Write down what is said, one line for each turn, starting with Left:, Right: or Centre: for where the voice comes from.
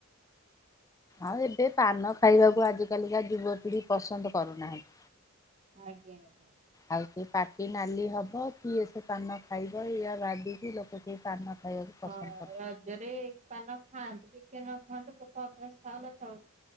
Left: ଆଉ ଏବେ ପାନ ଖାଇବାକୁ ଆଜିକଲିକା ଯୁବପିଢି ପସନ୍ଦ କରୁନାହାନ୍ତି।
Right: ଆଜ୍ଞା ଆଜ୍ଞା।
Left: ଆଉ ସେ ପାଟି ନାଲି ହବ କିଏ ସେ ପାନ ଖାଇବ ଏଇଆ ଭଧିକି ଲୋକ ସେ ପାନ ଖାଇବାକୁ ପସନ୍ଦ
Right: ହଁ ରଜରେ ପାନ ଖାଆନ୍ତୁ କି କିଏ ନ ଖାଆନ୍ତୁ ଲୋକ ଅଭ୍ୟାସ ଥାଉ ନଥାଉ